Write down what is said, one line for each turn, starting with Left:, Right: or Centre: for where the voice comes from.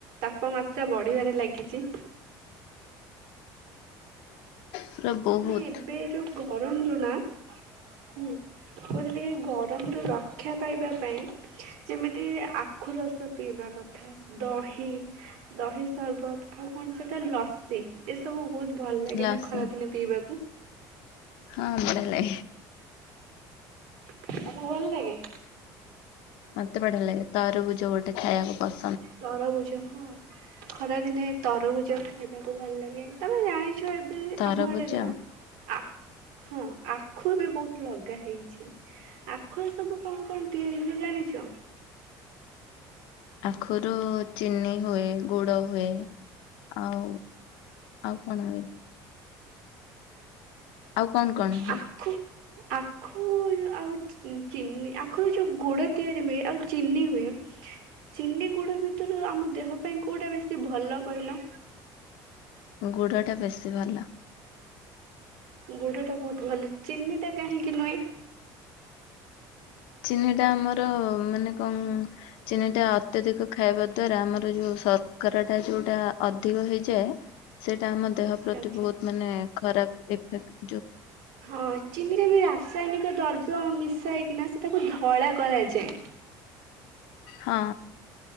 Right: ତାପମାତ୍ରା ବଢିବାରେ ଲାଗିଛି।
Left: ପୁରା ବହୁତ
Right: ନି ଏବେ ଯୋଉ ଗରମରୁ ନା ହୁଁ। କହୁଥିଲି କି ଗରମରୁୁ ରକ୍ଷା ପାଇବା ପାଇଁ। ଯେମିତି ଆଖୁ ରସ ପିଇବା କଥା ଦହି। ଦହି ସରର୍ବତ ଆଉ କଣ ସେଟା ଲସି ଏସବୁ ବହୁତ ଭଲ ଲାଗେ
Left: ଲାସ
Right: ନା ଖରା ଦିନେ ପିଇବାକୁ।
Left: ହଁ ବଢ଼ିଆ ଲାଗେ।
Right: ତମକୁ ଭଲ ଲାଗେ?
Left: ମତେ ବଢିଆ ଲାଗେ ତରଭୂଜ ଗୋଟେ ଖାଇବାକୁ ପ
Right: ତରଭୁଜ ହଁ ଖରାଦିନେ ତରଭୁଜ ଖିବାକୁ ଭଲ ଲାଗେ। ତମେ ଜାଣିଛ ଏବେ
Left: ତରଭୁଜ
Right: ଆମ ଆଡେ ନୁହଁ ଆ ହଁ ଆଖୁରେ ବହୁତ ଲଗା ହେଇଚି ଆଖୁରେ ସବୁ କଣ କଣ ତିଆରି ହୁଏ ଜାଣିଚ?
Left: ଆଖୁରୁ ଚିନି ହୁଏ, ଗୁଡ ହୁଏ, ଆଉ ଆଉ ମନ ହୁଏନି। ଆଉ କଣ କଣ? ହୁଏ
Right: ଆଖୁ ଆଖୁ ଆଉ ଚିନି ଆଖରୁ ଯୋଉ ଗୁଡ ତିଆରି ହୁଏ ଆଉ ଚିନି ହୁଏ ଚିନି ଗୁଡ କୁ ତୁରି ଆମ ଦେହ ପାଇଁ କୋଉଟା ବେଶୀ ଭଲ କହିଲ?
Left: ଗୁଡ ଟା ବେଶୀ ଭଲ।
Right: ଗୁଡ ଟା ବହୁତ ଭଲ ଚିନି ଟା କାହିଁକି ନୁହେଁ?
Left: ଚିନି ଟା ଆମର ମାନେ କଣ ଚିନି ଟା ଅତ୍ୟଧିକ ଖାଇବା ଦ୍ଵାରା ଆମର ଯୋଉ ସରକାର ଟା ଯୋଉଟା ଅଧିକ ହେଇଯାଏ। ସେଇଟା ଆମ ଦେହ ପ୍ରତି
Right: ଆଚ୍ଛା।
Left: ବହୁତ ମାନେ ଖରାପ୍ ଏଫେକ୍ଟ
Right: ହଁ। ଚିନିରେ ବି ରାସାୟନିକ ଦ୍ରବ୍ୟ ମିଶା ହେଇକିନା ସେ ସେ ତାକୁ ଧଳା କରାଯାଏ।
Left: ହଁ।